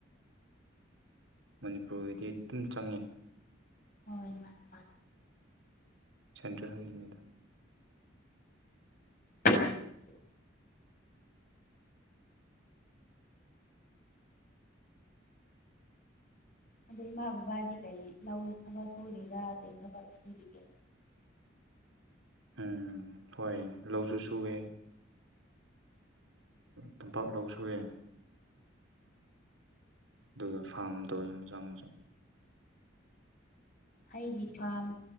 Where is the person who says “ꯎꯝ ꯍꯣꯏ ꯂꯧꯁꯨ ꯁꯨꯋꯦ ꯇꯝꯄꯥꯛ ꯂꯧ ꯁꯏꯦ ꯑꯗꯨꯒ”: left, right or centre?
Right